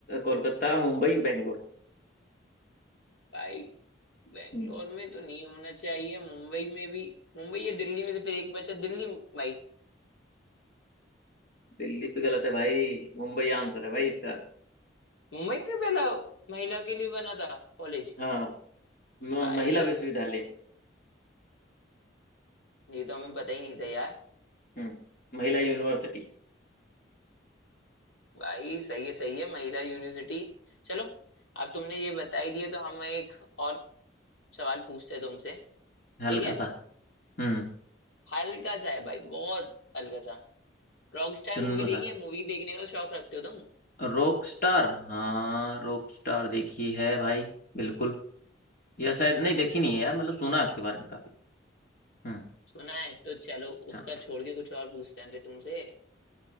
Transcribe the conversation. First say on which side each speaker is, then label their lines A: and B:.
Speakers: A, on the left; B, on the left.
A: कोलकाता मुंबई बेंगलोर
B: भाई बेंगलोर
A: हम्म।
B: में तो नहीं होना चाहिए मुंबई में भी मुंबई या दिल्ली में से फिर एक बचा दिल्ली भाई
A: दिल्ली भी गलत है भाई मुंबई आंसर है भाई इसका
B: मुंबई में पहला महिला के लिए बना था कॉलेज
A: हाँ म-
B: भाई
A: महिला विश्वविद्यालय
B: ये तो हमें पता ही नहीं था यार
A: हम्म महिला यूनिवर्सिटी
B: भाई सही है सही है महिला यूनिवर्सिटी चलो अब तुमने ये बता ही दिया तो हम एक और सवाल पूछते हैं तुमसे
A: हल्का
B: ठीक है
A: सा हम्म
B: हल्का सा है भाई बहुत हल्का सा रॉकस्टार
A: चुन्नू
B: मूवी देखी
A: सा
B: है मूवी देखने का शौक रखते हो तुम
A: रॉक स्टार हाँ रॉक स्टार देखी है भाई बिल्कुल या शायद नहीं देखी नहीं है यार मतलब सुना है उसके बारे में काफी हम्म
B: सुना है तो चलो
A: हाँ
B: उसका छोड़ के कुछ और पूछते हैं फिर तुमसे